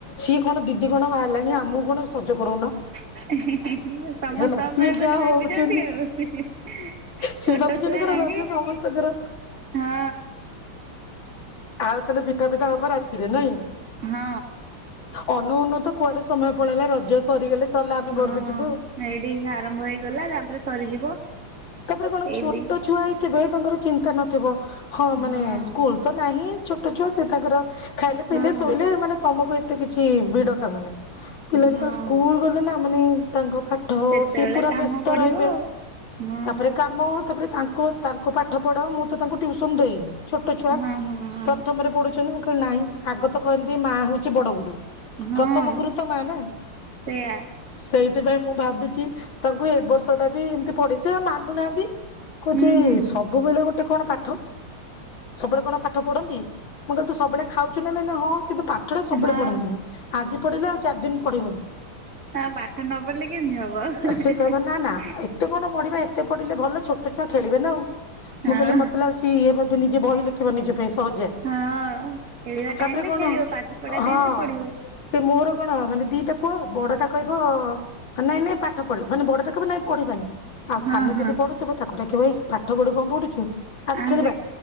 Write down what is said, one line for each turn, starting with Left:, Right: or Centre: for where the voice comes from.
Left: ସିଏ କଣ ଦି ଦି କଣ ବାହାରିଲାଣି ଆମକୁ କଣ ସଜ କରଉନ?
Right: <inaudible> ସମସ୍ତଙ୍କ
Left: ହେଲା ସିଏ
Right: ପାଇଁ ବୋଲି
Left: ଯାହା
Right: ଭାବିଛନ୍ତି
Left: ହଉଛନ୍ତି
Right: ଆଉ। <inaudible>
Left: ସିଏ
Right: ଛୋଟ
Left: ଭାବୁଛନ୍ତି
Right: ଛୁଆ
Left: କଣ
Right: ଯାଙ୍କେ
Left: ରଜ ସମସ୍ତଙ୍କର
Right: ହଁ।
Left: ଆଉ ତାଲେ ପିଠା ପିଠା ହବ ରାତିରେ ନାଇଁ
Right: ହଁ।
Left: ଅନ୍ ନୋଉ ତ କୁଆଡେ ସମୟ ପଳେଇଲା ରଜ ସରିଗଲେ ସରଲା ଆମେ
Right: ହଁ
Left: ଘରକୁ
Right: ହଁ
Left: ଯିବୁ ଆଉ।
Right: ଏଇଠି ହିଁ ଆରମ୍ଭ ହେଇଗଲା ତାପରେ ସରିଯିବ।
Left: ତାପରେ କଣ
Right: ଏଇ
Left: ଛୋଟ
Right: ଦି
Left: ଛୁଆ ହେଇଥିବେ ତାଙ୍କର ଚିନ୍ତା ନଥିବ ହଁ ମାନେ
Right: ହଁ
Left: ସ୍କୁଲ। ତ ନାହିଁ ଛୋଟ ଛୁଆ ସେ ତାଙ୍କର ଖାଇଲେ
Right: ହଁ
Left: ପିଇଲେ ଶୋଇଲେ ମାନେ ତମକୁ ଏ ତେ କିଛି ଭିଡ କାମ ନାହିଁ ପିଲା
Right: ହଁ
Left: ଯେତେବେଳେ ସ୍କୁଲ ଗଲେ ନା ମାନେ ତାଙ୍କ ପା ଠ
Right: ସେତେବେଳେ
Left: ସିଏ ପୁରା
Right: କାମ
Left: ବ୍ୟସ୍ତ
Right: ବଢିବ
Left: ରହିବେ।
Right: ଆଉ। ହଁ
Left: ତାପରେ କାମ ତାପରେ ତାଙ୍କ ତାଙ୍କ ପାଠ ପଢ଼ା ମୁଁ ତ ତାଙ୍କୁ ଟିଉସନ ଦେଇନି। ଛୋଟ ଛୁଆ
Right: ହଁ ହଁ ହଁ।
Left: ପ୍ରଥମରେ ପଢୁଛନ୍ତି ମୁଁ କହିଲି ନାଇଁ ଆଗ ତ କହନ୍ତି ମା ହଉଛି ବଡ ଗୁରୁ।
Right: ହଁ
Left: ପ୍ରଥମ ଗୁରୁ ତ ମା ନା।
Right: ସେଇଆ
Left: ସେଇଥିପାଇଁ ମୁଁ ଭାବିଛି ତାଙ୍କୁ ଏ ବର୍ଷ ଟା ବି ଏମତି ପଢେଇ ସେ ମାନୁନାହାନ୍ତି। କୋଚି
Right: ହୁଁ ହୁଁ ହୁଁ
Left: ସବୁବେଳେ ଗୋଟେ କଣ ପାଠ। ସବୁବେଳେ କଣ ପାଠ ପଢନ୍ତି ମୁଁ କହିଲ ତୁ ସବୁବେଳେ ଖାଉଛୁ ନା ନାଇଁ ନା ହଁ କିନ୍ତୁ ପା ଠ ଟା ସବୁବେଳେ
Right: ହଁ। ହଉ
Left: ପଢନ୍ତିନି ଆଜି ପଢିଲେ ଆଉ ଚାରି ଦିନ ପଢିବନି।
Right: ହଁ ପାଠ ନ ପଢଲେ କେମତି ହବ।
Left: ସେ କହିବ ନା ନା ଏତେ କଣ ପଢିବା ଏତେ ପଢିଲେ ଭଲ ଛୋଟ ଛୁଆ ଖେଳିବ ନା ଆଉ
Right: ହଁ ହଁ
Left: ମୁଁ କହିଲି ମତେ ଲାଗୁଚି କି ଇଏ ବଧେ ନିଜେ ବହି ଲେଖିବ ନିଜ ପାଇଁ ସହଜିଆ।
Right: ହଁ ଖେଳିବା
Left: ତାପରେ
Right: ଟାଇମ ରେ
Left: କଣ
Right: ଖେଳିବ ପାଠ ପଢା
Left: ହଁ
Right: ଟାଇମ ରେ ପଢିବ।
Left: ସେ ମୋର କଣ ମାନେ ଦିଟା ପୁଅ ବଡଟା କହିବ ଅନା ଏଇନେ ପାଠ ପଢିବ ମାନେ ବଡଟା କହିବ ନାଇଁ ପଢିବାନି। ଆଉ
Right: ହଁ
Left: ସାନ
Right: ହଁ
Left: ଯଦି ପଢୁଥିବ ତାକୁ ଡାକିବ ଏଇ ପାଠ ଗୋଟେ କଣ ପଢୁଛୁ। ଆସ
Right: ଆଉ
Left: ଖେଳିବା
Right: ସେ